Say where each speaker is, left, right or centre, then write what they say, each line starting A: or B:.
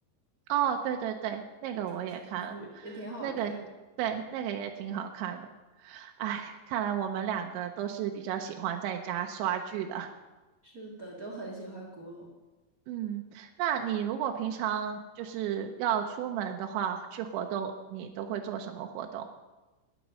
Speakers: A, on the right (about 85°); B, on the right (about 65°).
A: 哦，对对对，那个我也看了，
B: 重生剧，也挺好看。
A: 那个对，那个也挺好看的。哎，看来我们两个都是比较喜欢在家刷剧的。
B: 是的，都很喜欢古偶。
A: 嗯，那你如果平常就是要出门的话，去活动，你都会做什么活动？